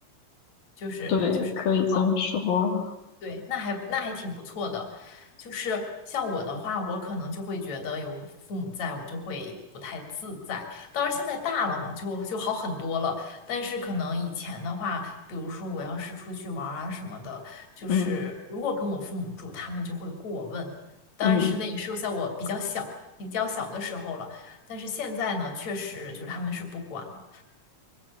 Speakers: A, on the left; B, on the left.
A: 就是就是还好。
B: 对，可以这么说，
A: 对，那还那还挺不错的，就是像我的话，我可能就会觉得有父母在，我就会不太自在。当然现在大了嘛，就就好很多了。但是可能以前的话，比如说我要是出去玩儿啊什么的，就是如果跟我父母住，
B: 嗯
A: 他们就会过问。但是那也是在我比较小、
B: 嗯，
A: 比较小的时候了。但是现在呢，确实就是他们是不管了。